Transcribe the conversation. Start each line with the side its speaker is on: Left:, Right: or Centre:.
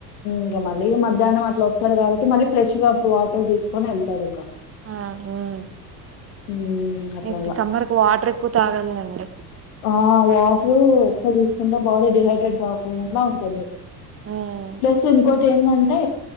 Left: ఇంకా మళ్ళీ మధ్యాహ్నం అట్ల వస్ వస్తాడు కాబట్ మళ్ళీ ఫ్రెశ్ గా అప్పుడు వాటర్ తీసుకని వెళ్తాడు ఇంకా
Right: ఆ ఉమ్
Left: ఉమ్ అట్లాగా
Right: ఇప్ సమ్మర్ కు వాటర్ ఎక్కువ తాగాలండి
Left: ఆ వాట్ రూ ఎక్కువ తీసుకుంటే బాడీ డిహైడ్రేట్ కాకుకుండా ఉంటుంది
Right: హ్మ్.
Left: ప్లస్ ఇంకోటి ఏంటంటే